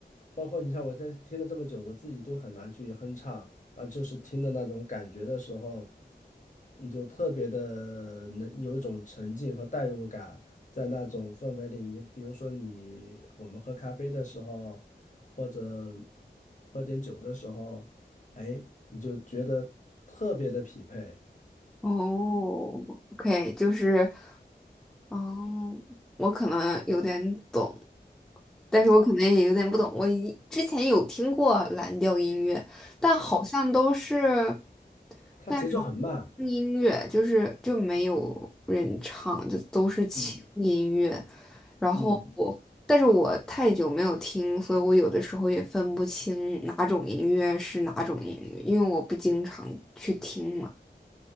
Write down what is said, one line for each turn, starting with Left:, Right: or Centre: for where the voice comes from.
Left: 包括你像我在听了这么久，我自己都很难去哼唱，但就是听的那种感觉的时候，你就特别的能有一种沉浸和代入感，在那种氛围里，你就比如说你我们喝咖啡的时候，或者喝点酒的时候，哎，你就觉得特别的匹配
Centre: 哦，OK，就是。哦，我可能有点懂，但是我可能也有点不懂。我一之前有听过蓝调音乐，但好像都是
Left: 啊，它节奏很慢，
Centre: 那种轻音乐，就是就没有人唱，就都是轻音乐。
Left: 嗯
Centre: 然后我，
Left: 嗯。
Centre: 但是我太久没有听，所以我有的时候也分不清哪种音乐是哪种音乐，因为我不经常去听嘛。